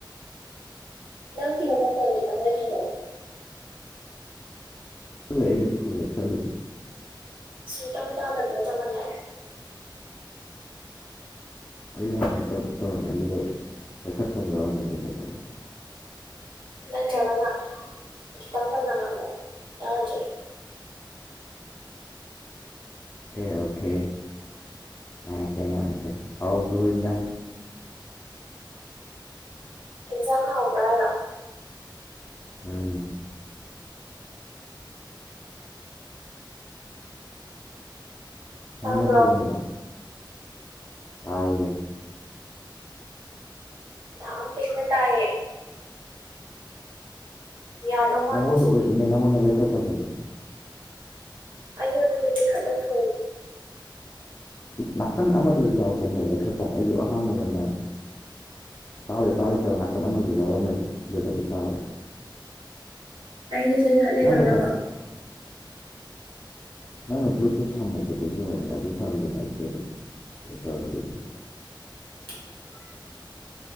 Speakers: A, on the right; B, on the left.
A: ꯅꯪꯒꯤꯗ ꯃꯈꯣꯟ ꯈꯤꯇꯪ ꯂꯩꯈꯠꯂꯣ
B: ꯈꯠꯂꯦ ꯑꯩ ꯐꯨꯜ ꯂꯩꯈꯠꯂꯦ
A: ꯁꯨꯡꯇ ꯇꯥꯗꯕꯒ ꯆꯞ ꯃꯥꯟꯅꯔꯦ
B: ꯑꯩ ꯉꯁꯥꯏ ꯇꯧ ꯇꯧꯔꯝꯃꯦ ꯑꯗꯨꯒ ꯂꯩꯩꯈꯠꯐꯝ ꯌꯥꯎꯔꯝꯃꯦ ꯑꯗꯨ ꯂꯩꯈꯠꯂꯦ
A: ꯅꯠꯇ꯭ꯔꯒꯅ ꯈꯤꯇꯪ ꯀꯟꯅ ꯉꯥꯡꯉꯛꯑꯣ ꯇꯥꯗ꯭ꯔꯦ
B: ꯑꯣꯀꯦ ꯑꯣꯀꯦ ꯉꯥꯡꯉꯛꯀꯦ ꯉꯥꯡꯉꯛꯀꯦ ꯍꯥꯎꯕ꯭ꯔꯣ ꯏꯗꯥ
A: <inaudible> ꯍꯤꯟꯖꯥꯡ ꯍꯥꯎꯕ꯭ꯔꯥ ꯍꯥꯏꯔꯣ
B: <inaudible>
A: ꯇꯥꯕ꯭ꯔꯣ
B: ꯅꯪꯅ ꯊꯣꯡꯉꯤꯔꯣ ꯇꯥꯏꯌꯦ
A: ꯌꯥꯝ ꯄꯤꯛꯅ ꯇꯥꯏꯌꯦ ꯌꯥꯗꯧ ꯃꯥꯟꯗꯦ
B: ꯅꯪꯉꯣꯟꯗ
A: ꯁꯤꯗꯤ
B: ꯑꯣꯏꯗꯣꯏꯅꯦ ꯅꯪꯉꯣꯟꯗ ꯂꯩꯈꯠꯇꯕꯩꯅꯦ
A: ꯑꯩꯉꯣꯟꯗꯗꯤ ꯂꯩꯈꯠꯂꯦ ꯐꯨꯜ
B: ꯅꯥꯀꯟ ꯑꯃꯗꯁꯨ ꯌꯥꯎꯕꯅꯦꯕ ꯂꯩꯈꯠꯄꯝ ꯑꯩꯁꯨ ꯑꯍꯥꯟꯕꯗꯅꯦ ꯇꯥꯗꯦ ꯇꯥꯗꯦ ꯇꯧꯔ ꯅꯀꯟ ꯑꯃꯁꯨ ꯌꯥꯎꯔꯝꯃꯦꯕ ꯑꯗꯨꯗꯒꯤ ꯇꯥꯔꯦ
A: ꯑꯩꯗꯤ ꯂꯩꯈꯠꯂꯦ
B: ꯅꯪ
A: ꯂꯣꯏꯅꯃꯛ
B: ꯉꯁꯥꯏ ꯅꯪꯅ ꯕ꯭ꯂꯨꯇꯨꯠ ꯁꯝꯃꯨꯕꯗꯒꯤ ꯑꯣꯏꯔꯅꯦ ꯑꯗꯨ ꯁꯝꯗ꯭ꯔꯤꯉꯩꯗꯤ ꯑꯗꯨꯝ ꯒꯤꯇꯔꯗꯤ
A: <unintelligible>